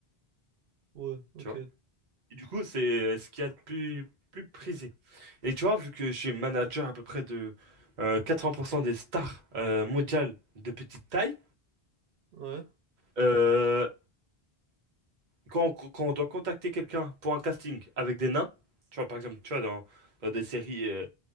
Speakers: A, on the right; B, on the right.
A: ouais, ok.
B: tu vois. Et du coup, c'est euh, ce qu'il y a de plus, plus prisé. Et tu vois, vu que je suis manager à peu près de euh, 80% des stars euh, mondiales de petite taille,
A: Ouais,
B: euh, quand, on- quand on doit contacter quelqu'un pour un casting avec des nains, tu vois, par exemple, tu vois, dans, dans des séries euh,